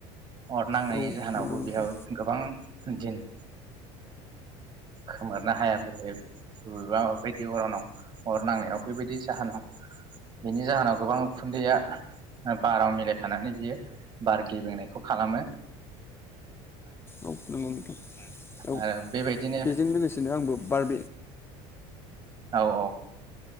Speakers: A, on the right (about 35°); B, on the left (about 15°).
A: अर नांनायनि
B: औ
A: जाहोनावबो
B: नंगौ नोंथां
A: बेयाव गोबां दिन ओ खोमोरनो हाया बबे बबेबा बायदि अरनाव अर नांनायाव बेबायदि जाहोनाव बेनि जाहोनाव गोबां उखुन्दैया बाराव मिलाय फानानै बियो बार गेब्रेंनाय खालामो।
B: औ नंगौ नोंथां औ
A: आरो बेबायदिनो
B: बेजों लोगोसेनो आंबो बार
A: औ औ।